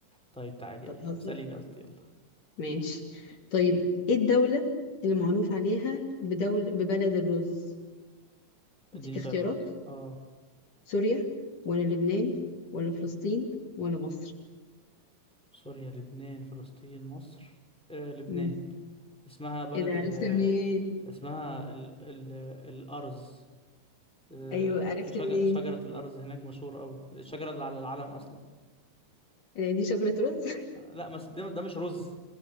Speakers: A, in the centre; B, on the left.
A: طيب تعالي
B: بتهزر
A: يلا اسأليني قصدي يلا
B: ماشي طيب ايه الدولة اللي معروف عليها بدول ببلد الرز
A: اديني
B: اديك اختيارات
A: خيارات اه
B: سوريا ولا لبنان ولا فلسطين ولا مصر
A: سوريا لبنان فلسطين مصر آه لبنان
B: امم
A: اسمها بلد
B: ايه ده عرفت
A: ال
B: منين
A: اسمها ال ال الأرز آه،
B: ايوه عرفت
A: في شج-
B: منين
A: شجرة الأرز هناك مشهورة أوي الشجرة اللي على العلم أصلا
B: إيه ده، دي شجرة رز
A: آه، لا بس ده, ده مش رز